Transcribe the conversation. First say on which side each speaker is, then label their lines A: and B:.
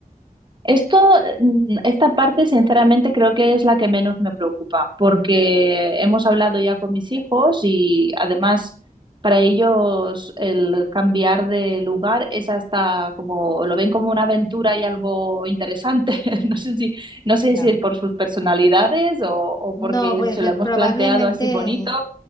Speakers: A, on the right (about 30°); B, on the left (about 25°).
A: Esto, mm, esta parte, sinceramente, creo que es la que menos me preocupa, porque hemos hablado ya con mis hijos y además para ellos el cambiar de lugar es hasta como, lo ven como una aventura y algo interesante. <laughs> No sé si, no sé
B: Ya.
A: si es por sus personalidades o, o
B: No,
A: porque
B: pues
A: se
B: eh,
A: lo hemos
B: probablemente,
A: planteado así bonito.